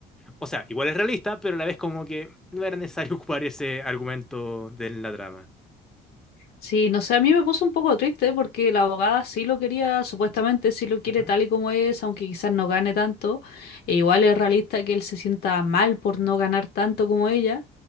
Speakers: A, in the centre; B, on the left (about 70°).
A: o sea, igual es realista, pero a la vez como que no era necesario <laughs> ocupar ese argumento de la trama.
B: Sí, no sé, a mí me puso un poco triste porque la abogada sí lo quería, supuestamente sí lo quiere
A: Ujú,
B: tal y como es, aunque quizás no gane tanto. E igual es realista que él se sienta mal por no ganar tanto como ella,